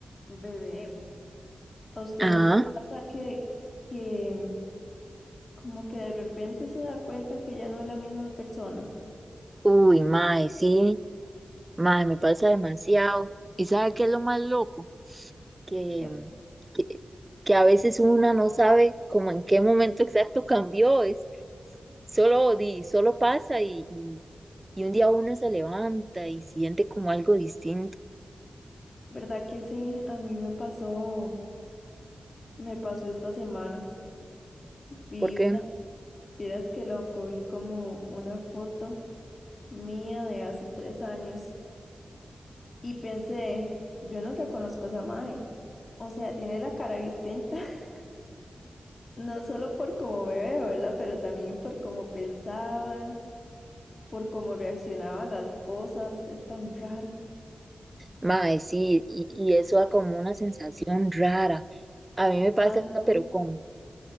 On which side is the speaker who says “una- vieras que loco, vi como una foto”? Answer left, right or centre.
Left